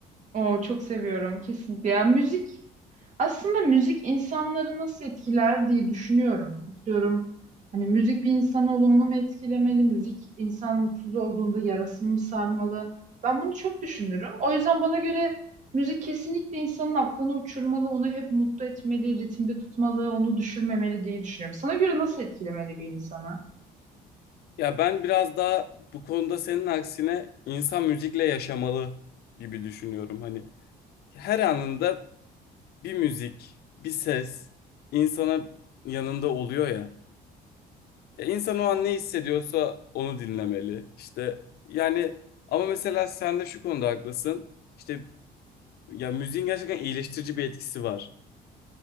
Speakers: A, on the right (about 45°); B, on the left (about 70°).
A: O çok seviyorum kesinlikle. Ya müzik aslında müzik insanları nasıl etkiler diye düşünüyorum. Atıyorum hani müzik bir insanı olumlu mu etkilemeli? Müzik insan mutsuz olduğunda yarasını mı sarmalı? Ben bunu çok düşünürüm. O yüzden bana göre müzik kesinlikle insanın aklını uçurmalı, onu hep mutlu etmeli, ritimde tutmalı, onu düşürmemeli diye düşünüyorum. Sana göre nasıl etkilemeli bir insanı?
B: Ya ben biraz daha bu konuda senin aksine insan müzikle yaşamalı gibi düşünüyorum. Hani her anında bir müzik, bir ses insana yanında oluyor ya. Ya İnsan o an ne hissediyorsa onu dinlemeli. İşte yani ama mesela sen de şu konuda haklısın. İşte ya müziğin gerçekten iyileştirici bir etkisi var.